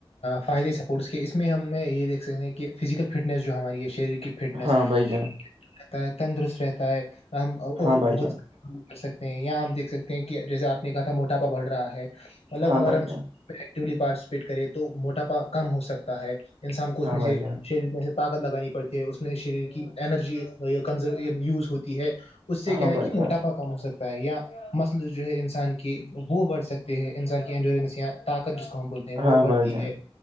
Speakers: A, on the left; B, on the right.
A: فائدے سپورٹس کے اس میں ہمیں یہ دیکھ سکتے ہیں کہ فزیکل فٹنس جو ہماری یہ شریر کی فٹنس
B: ہاں
A: رہتا
B: بھائی جان
A: ہے تندرست رہتا ہے ہم
B: ہاں
A: اور
B: بھائی
A: بہت
B: جان
A: س <unintelligible> کر سکتے ہیں یہاں ہم دھ سکتے ہیں کہ جیسے آپ نے کہا تھا موٹاپا بڑ رہا ہے مطلب
B: ہاں بھائی
A: اگر ہم
B: جان
A: ایکلی پارٹیسپیٹ کرے تو موٹاپا کم ہو سکتا ہے انسان کو
B: ہاں
A: اس میں
B: بھائی
A: سے
B: جان
A: شریر میں سے طاقت لگانی پڑتی ہے اس میں شریر کی انرجی کنزر یوز ہوتی ہے <unintelligible> اس سے
B: ہاں
A: کیا ہے
B: بھائی
A: کہ موٹا
B: جان
A: پا کم ہو سکتا ہے یا مسل جو ہے انسان کی وہ بڑھ سکتی ہے انسان کی انجورنس یا طاقت جس کو ہم بولتے ہیں وہ
B: ہاں
A: بڑھتی
B: بھائی جان
A: ہے